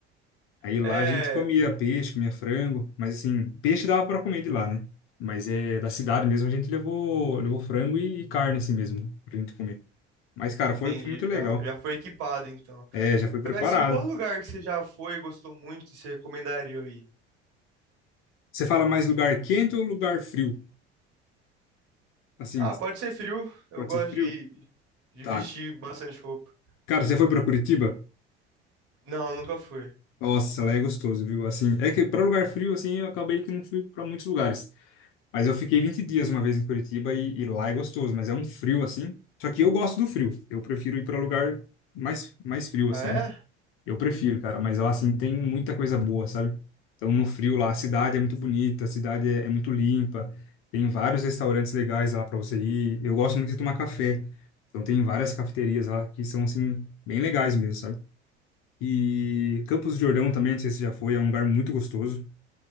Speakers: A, on the left; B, on the right.
A: Aí lá
B: É,
A: a gente comia peixe, comia frango, mas assim, peixe dava para comer de lá, né? Mas é da cidade mesmo, a gente levou, levou frango e, e carne assim mesmo, pra gente comer. Mas, cara, foi,
B: entendi.
A: foi muito legal.
B: Já, já foi equipado, então.
A: É, já foi preparado.
B: Agora, assim, qual lugar que você já foi, gostou muito e você recomendaria eu ir?
A: Você fala mais lugar quente ou lugar frio? Assim,
B: Ah, pode ser frio. Eu
A: pode
B: gosto
A: ser frio?
B: de, de
A: Tá.
B: vestir bastante roupa.
A: Cara, você foi pra Curitiba?
B: Não, nunca fui.
A: Nossa, lá é gostoso, viu? Assim, é que pra lugar frio, assim, eu acabei que não fui pra muitos lugares. Mas eu fiquei 20 dias uma vez em Curitiba e, e lá é gostoso, mas é um frio, assim. Só que eu gosto do frio. Eu prefiro ir pra lugar mais, mais frio,
B: Ah,
A: assim, né?
B: é?
A: Eu prefiro, cara, mas lá assim tem muita coisa boa, sabe? Então no frio lá a cidade é muito bonita, a cidade é, é muito limpa, tem vários restaurantes legais lá para você ir. Eu gosto muito de tomar café, então tem várias cafeterias lá que são assim bem legais mesmo, sabe? E Campos do Jordão também, não sei se você já foi, é um lugar muito gostoso.